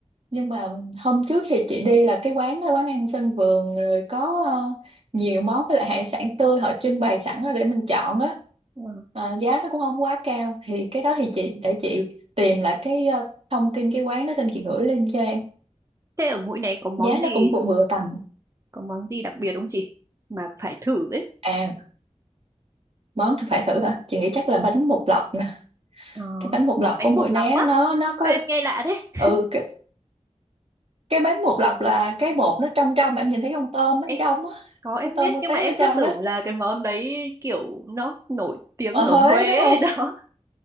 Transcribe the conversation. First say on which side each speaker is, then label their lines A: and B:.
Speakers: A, on the right; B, on the right.
A: nhưng mà hôm trước thì chị đi là cái quán đó quán ăn sân vườn rồi có ờ, nhiều món với lại hải sản tươi họ trưng bày sẵn đó để mình chọn á
B: Ừ.
A: Ờ, giá nó cũng không quá cao thì cái đó thì chị để chị tìm lại cái ờ, thông tin cái quán đó xong chị gửi link cho em
B: Thế ở Mũi Né có món
A: giá
B: gì
A: nó cũng vừa vừa tầm
B: có món gì đặc biệt không chị? Mà phải thử ấy.
A: à món thì phải thử hả chị nghĩ chắc là bánh bột lọc nè
B: Đó.
A: cái bánh bột lọc
B: Bánh
A: của Mũi
B: bột lọc
A: Né
B: á.
A: nó nó có
B: Sao em nghe lạ thế?
A: ừ cái, cái bánh bột lọc là cái bột nó trong trong em nhìn thấy con tôm bên
B: Em,
A: trong á
B: có em
A: con tôm
B: biết
A: con
B: nhưng
A: tép
B: mà em
A: ở
B: cứ
A: trong
B: tưởng
A: đó
B: là cái món đấy kiểu nó nổi tiếng
A: ở
B: ở
A: Huế
B: Huế
A: đúng
B: ấy
A: không
B: <laughs> đó.